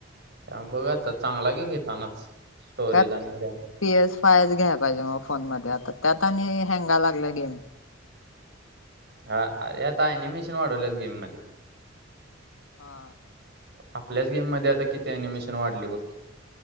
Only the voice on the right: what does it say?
त्या बघा आता चांगला की घेतानाच स्टोरेज
आणि
रॅम.
हा अरे आता अनिमेशन वाढवलंत गेम मध्ये
आपल्याच गेम मध्ये आता किती अनिमेशन वाढली बघकी